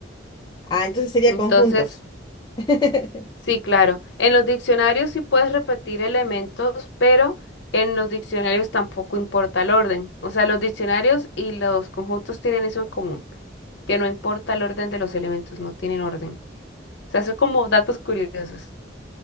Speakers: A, on the left; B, on the left.
A: Ah, entonces sería
B: Entonces,
A: conjuntos. <laughs> Te-
B: Sí, claro. En los diccionarios sí puedes repetir elementos, pero en los diccionarios tampoco importa el orden. O sea, los diccionarios y los conjuntos tienen eso en común, que no importa el orden de los elementos, no tienen orden. O sea, son como datos curiosos.